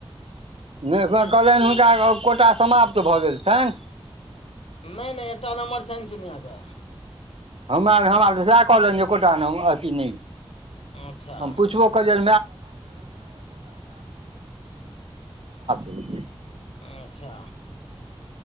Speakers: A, on the right; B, on the left.
A: नहि ह कहलनि
B: छी
A: हुनका कोटा समाप्त भऽ गेल छनि
B: नहि-नहि एकटा नम्बर छनि चिनिियाँके
A: हमरार हमरा आर तऽ सएह कहलनि जे एकोटा ने अथी नहि
B: अच्छा
A: हम पुछबो <unintelligible> कोटाब <unintelligible>
B: अच्छा